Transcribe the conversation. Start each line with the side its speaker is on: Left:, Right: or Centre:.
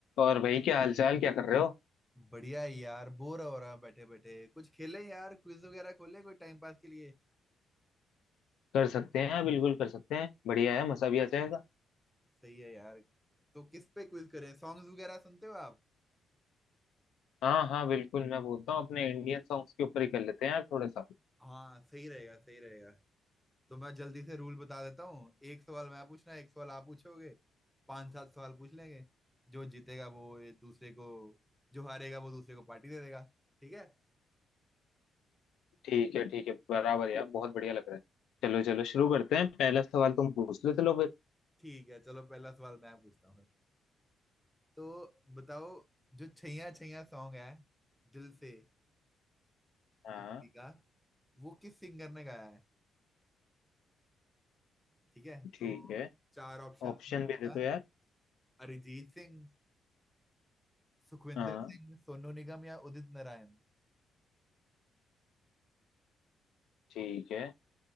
Left: और भाई क्या हालचाल क्या कर रहे हो
Centre: बढ़िया है यार बोर हो रहा बैठे बैठे कुछ खेलें यार क्विज वगैरह खोले कोई टाइम पास के लिए
Left: कर सकते हैं बिल्कुल कर सकते हैं बढ़िया है मजा भी आ जाएगा
Centre: सही है यार तो किस पे क्विज करें सॉन्ग्स वगैरह सुनते हो आप
Left: हाँ हाँ बिल्कुल मैं बोलता हूँ अपने इंडियन सॉन्ग्स के ऊपर ही कर लेते हैं यार थोड़ा सा
Centre: हाँ सही रहेगा सही रहेगा तो मैं जल्दी से रूल बता देता हूँ एक सवाल मैं पूछना एक सवाल आप पूछोगे पांच सात सवाल पूछ लेंगे जो जीतेगा वो एक दूसरे को जो हारेगा वो दूसरे को पार्टी दे देगा ठीक है
Left: ठीक है ठीक है बराबर यार बहुत बढ़िया लग रहा है चलो चलो शुरू करते हैं पहला सवाल तुम पूछ लो चलो फिर
Centre: ठीक है चलो पहला सवाल मैं पूछता हूँ तो बताओ जो छैया छैया सॉन्ग है दिल से
Left: हाँ
Centre: मूवी का वो किस सिंगर ने गाया है ठीक है तो
Left: ठीक है
Centre: चार ऑप्शन
Left: ऑप्शन
Centre: मैं दूंगा
Left: भी दे दो यार
Centre: अरिजीत सिंह सुखविंदर
Left: हाँ
Centre: सिंह सोनू निगम या उदित नारायण
Left: ठीक है